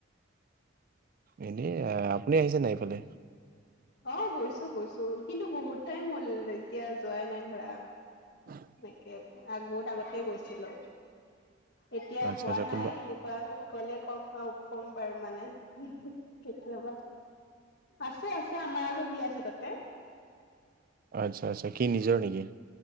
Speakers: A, on the right; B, on the left.
A: এনে আপুনি আহিছে নাই এইফালে।
B: অ, গৈছো, গৈছো কিন্তু বহুত টাইম হ'ল এতিয়া যোৱাই নাই ধৰা।
A: হয়।
B: এনেকে আগবহত আগতে গৈছিলো এতিয়া
A: আচ্ছা
B: হোৱা
A: আচ্ছা
B: নাই
A: কোনোবা
B: এনে গ'লে কম, কম বাৰু মানে কেতিয়াবা আছে, আছে আমাৰ আলহী আছে তাতে।
A: আচ্ছা, আচ্ছা কি নিজৰ নেকি?